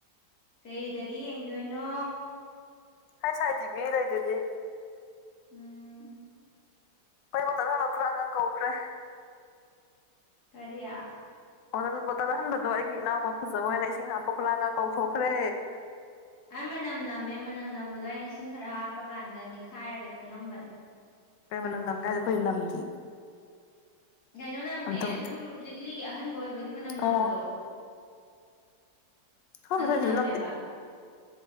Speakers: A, on the left (about 55°); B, on the left (about 75°).
A: ꯀꯩꯗꯒꯤ ꯌꯦꯡꯗꯣꯏꯅꯣ
B: ꯍꯥꯏ ꯁꯥꯏ ꯇꯤꯕꯤ ꯂꯩꯗꯨꯗꯤ
A: ꯎꯝ
B: ꯃꯩ ꯕꯇꯜ ꯍꯜꯂꯛꯈ꯭ꯔꯥ ꯑꯉꯥꯡ ꯀꯧꯈ꯭ꯔꯦ
A: ꯀꯔꯤꯌꯥ
B: ꯑꯣꯇ ꯕꯣꯇꯜ ꯑꯍꯟꯕꯗꯣ ꯑꯩꯒꯤ ꯏꯅꯥꯎꯄꯥ ꯐꯖꯕ ꯑꯣꯏꯅ ꯏꯁꯤꯡ ꯍꯥꯞꯄ ꯈꯨꯠꯂꯥꯡꯒ ꯀꯧꯊꯣꯛꯈ꯭ꯔꯦ
A: ꯑꯩ ꯃꯅꯝ ꯅꯝꯃꯦ ꯃꯅꯝ ꯅꯝꯕꯗꯣ ꯑꯩꯅ ꯏꯁꯤꯡ ꯈꯔ ꯍꯥꯞꯄ ꯀꯥꯟꯗ ꯅꯤꯈꯥꯏꯔꯒ ꯉꯝꯕꯅꯦ
B: ꯀꯩꯩꯅꯣ ꯅꯝ ꯅꯝꯒꯥꯏꯗꯦ ꯑꯩꯈꯣꯏꯗꯤ ꯅꯝꯗꯤ
A: ꯀꯩꯅꯣ ꯅꯝꯃꯦ
B: ꯑꯝꯇ
A: ꯑꯗꯨꯝ ꯂꯤꯛꯂꯤꯒꯤ ꯑꯍꯟꯕ ꯑꯣꯏꯕꯒꯤ ꯃꯅꯝ ꯅꯝꯕꯗꯣ
B: ꯑꯣ ꯈꯪꯗꯦ
A: ꯑꯗꯨ
B: ꯑꯩꯈꯣꯏꯗꯤ
A: ꯅꯝꯃꯦꯕ
B: ꯑꯗꯨꯝ